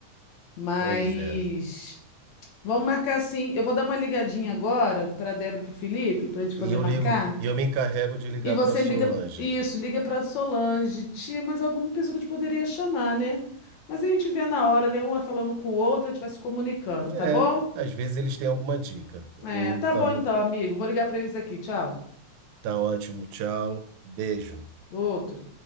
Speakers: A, on the left; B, on the right.
A: mas
B: Pois é.
A: vamos marcar sim. Eu vou dar uma ligadinha agora para a Débora e para o Felipe, para a gente poder
B: E eu
A: marcar.
B: ligo, e eu me encarrego de ligar
A: E você
B: para Solange.
A: liga, isso, liga pra Solange, tia, mas alguma pessoa que a gente poderia chamar, né? Mas a gente vê na hora, né? Uma falando com o outro, a gente vai se comunicando,
B: É,
A: tá bom?
B: às vezes eles têm alguma dica.
A: É,
B: Eu
A: tá
B: também.
A: bom então, amigo. Vou ligar pra eles aqui. Tchau.
B: Tá ótimo, tchau. Beijo.
A: Outro.